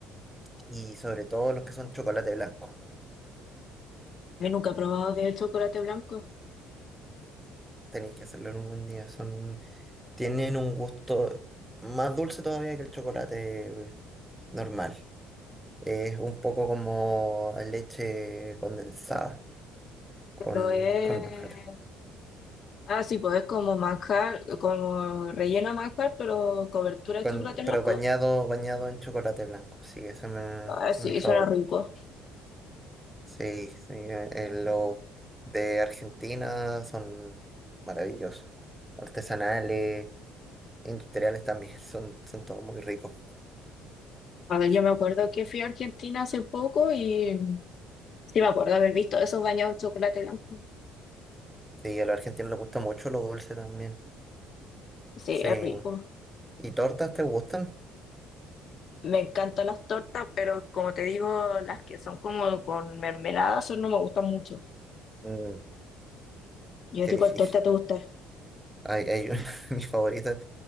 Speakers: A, in the centre; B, on the left.
A: Y sobre todo los que son chocolate blanco.
B: Yo nunca he probado de chocolate blanco,
A: Tenéis que hacerlo en algún día. Son, tienen un gusto más dulce todavía que el chocolate normal. Es un poco como leche condensada con,
B: pero es...
A: con manjar.
B: Ah, sí, pues es como manjar, como relleno de manjar, pero cobertura de
A: Con,
B: chocolate blanco.
A: pero bañado, bañado en chocolate blanco. Sí, ese me-
B: Ah,
A: ese
B: sí,
A: es mi favorito.
B: suena rico.
A: Sí, sí, eh, eh, los de Argentina son maravillosos. Artesanales, industriales también. <laughs> Son, son todos muy ricos.
B: A ver, yo me acuerdo que fui a Argentina hace poco y sí me acuerdo haber visto esos bañados en chocolate blanco.
A: Sí, a los argentinos les gusta mucho lo dulce también.
B: Sí,
A: Sí.
B: es rico.
A: ¿Y tortas te gustan?
B: Me encantan las tortas, pero como te digo, las que son como con mermelada, eso no me gustan mucho.
A: Mm,
B: Yo
A: qué
B: digo,
A: difícil.
B: ¿cuál torta te gusta?
A: Hay, hay <laughs> mis favoritas,